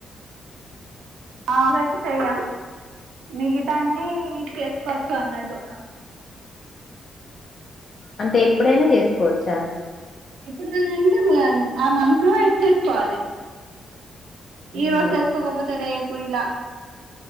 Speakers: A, on the right; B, on the left.
A: ఆమ్లెట్ చెయ్యం మిగతాన్ని చేస్. కొచ్చు అన్నట్టు.
B: అంటే
A: త్రీ
B: ఎప్పుడైనా చేసుకోవచ్చా.
A: ఎప్పుడంటే మన్, ఆ మంత్ లో ఇచ్చేసుకోవాలి. ఈరోజ్
B: ఆహా
A: చేసుకోకపోతే రేప్. కుయిలా.